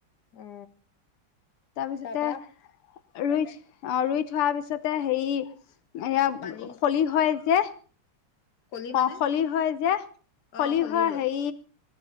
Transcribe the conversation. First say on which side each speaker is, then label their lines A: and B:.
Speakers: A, on the left; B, on the left.
A: অ
B: তাৰপিছতে
A: তাৰপা
B: ৰুই অ ৰুই থোৱাৰ পিছতে হেৰি এয়া
A: পানী
B: খলি হয় যে
A: কলি মানে
B: অ খলি হয় যে
A: অ
B: সলি
A: খলি
B: হয় হেৰি